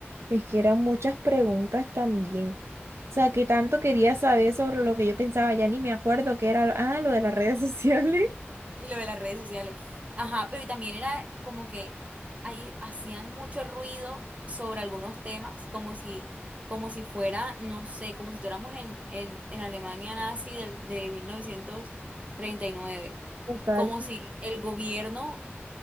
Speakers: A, on the right; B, on the right.
A: Es que eran muchas preguntas también. O sea, que tanto quería saber sobre lo que yo pensaba, ya ni me acuerdo qué era, ah, lo de las redes <laughs> sociales.
B: Y lo de las redes sociales. Ajá, pero y también era como que ahí hacían mucho ruido sobre algunos temas, como si, como si fuera, no sé, como si estuviéramos en, en, en Alemania nazi del, de mil novecientos treinta y nueve,
A: Total.
B: Como
A: que
B: si el gobierno